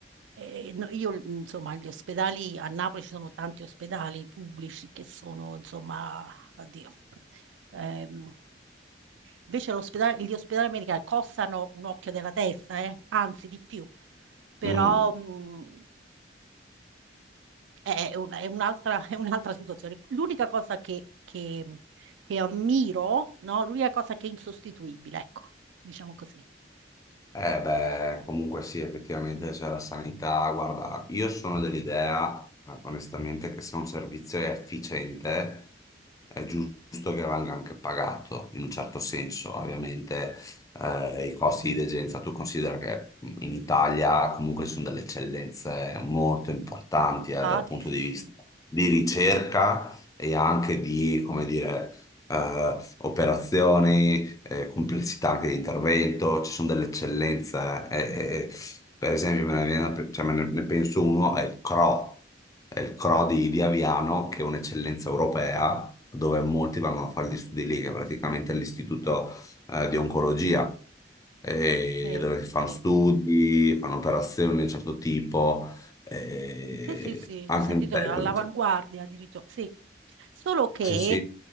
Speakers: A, on the right; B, on the left.
A: eh, no, io, mm, insomma, gli ospedali a Napoli ci sono tanti ospedali pubblici che sono, insomma, addio. ehm, Invece l'ospedale- gli ospedali americani costano un occhio della testa, eh, Anzi di più, però
B: Mm.
A: mh, è un- è un'altra <laughs> è un'altra situazione. L'unica cosa che, che- che ammiro, no? L'unica cosa che è insostituibile, ecco, diciamo così.
B: Eh beh, comunque sì, effettivamente c'è la sanità. Guarda, io sono dell'idea, eh, onestamente, che se un servizio è efficiente, è giusto che venga anche pagato, in un certo senso. Ovviamente, eh, i costi di degenza, tu considera che in Italia comunque ci sono delle eccellenze molto importanti, eh,
A: Infatti,
B: dal punto
A: sì,
B: di
A: sì,
B: vista di ricerca e anche di, come dire, eh, operazioni eh, complessità anche di intervento, ci sono delle eccellenze. eh, eh, eh, per esempio, me ne, viene- cioè, me ne- ne penso uno, è il CRO, è il CRO di, di Aviano, che è un'eccellenza europea, dove molti vanno a fare gli studi lì, che è praticamente l'istituto eh, di oncologia, eh,
A: sì,
B: dove si fanno
A: sì.
B: studi, fanno operazioni di un certo tipo, eh,
A: Sì, sì, sì,
B: anche
A: ho sentito
B: in Italia,
A: che era all'avanguardia
B: cioè,
A: addirittura. Sì, solo che,
B: Sì, sì,